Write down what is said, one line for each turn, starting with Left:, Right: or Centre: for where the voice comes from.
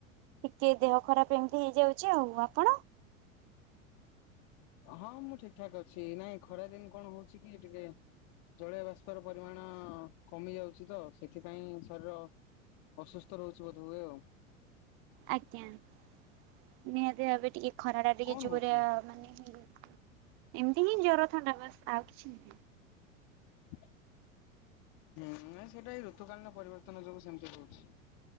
Right: ଟିକେ ଦେହ ଖରାପ ଏମିତି ହେଇଯାଉଛି, ଆଉ ଆପଣ?
Left: ହଁ ମୁଁ ଠିକ ଠାକ ଅଛି, ନାଇଁ ଖରା ଦିନ କଣ ହଉଛି କି ଟିକେ ଜଳୀୟବାଷ୍ପ ର ପରିମାଣ କମି ଯାଉଛି ତ ସେଥିପାଇଁ ଶରୀର ଅସୁସ୍ଥ ରହୁଛି ବୋଧ ହୁଏ ଆଉ।
Right: ଆଜ୍ଞା ନିହାତି ଭାବେ ଟିକେ ଖରା ଟା ଟିକେ
Left: କଣ
Right: ଜୋରେ
Left: ହଉଛି?
Right: ମାନେ ହେଇ ଏମିତି ହିଁ ଜ୍ୱର ଥଣ୍ଡା ବାସ୍ ଆଉ କିଛି ନୁହେଁ।
Left: ହୁଁ ସେଇଟା ଏଇ ଋତୁକାଳୀନ ପରିବର୍ତ୍ତନ ଯୋଗୁଁ ସେମିତି ହଉଛି।